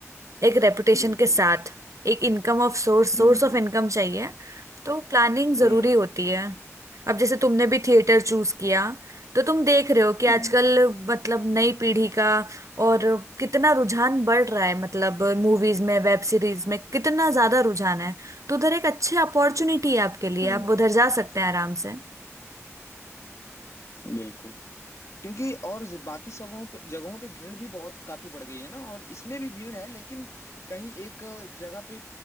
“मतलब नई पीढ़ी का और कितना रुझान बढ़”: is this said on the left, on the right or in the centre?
Right